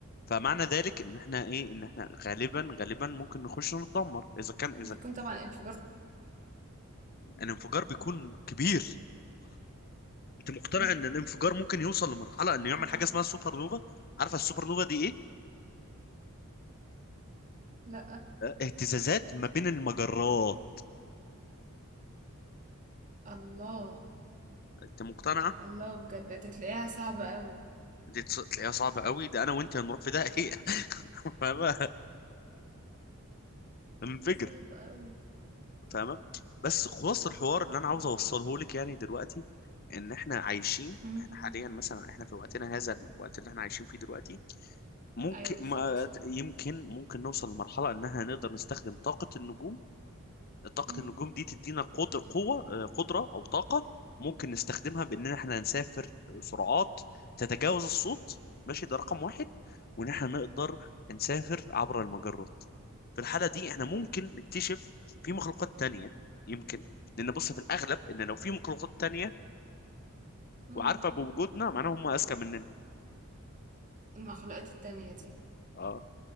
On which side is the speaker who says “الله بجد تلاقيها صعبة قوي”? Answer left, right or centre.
Right